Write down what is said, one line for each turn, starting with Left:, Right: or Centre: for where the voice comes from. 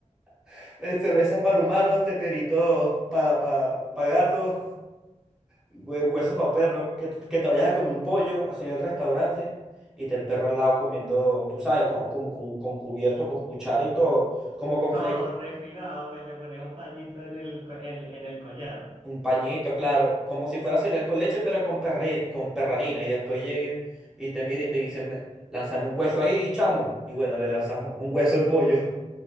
Centre: <laughs> eh, cerveza para humanos, teterito para pa, pa pa gatos. hue- hueso para perro, que, t- que te vayas a comer un pollo así en el restaurante y te el perro al lado comiendo, tú sabes, con, con, cu- con cubierto, con cuchara y todo, como con
Right: No,
Centre: fleco,
Right: refinado, pues le pones un pañito en el, co- en, en el collar.
Centre: un pañito, claro, como si fuera cereal con leche, pero con, perri- con perrarina. Y después llega y y te mira y te dice, lánzame un hueso ahí, chamo. Y bueno, le lanzas un hueso al pollo.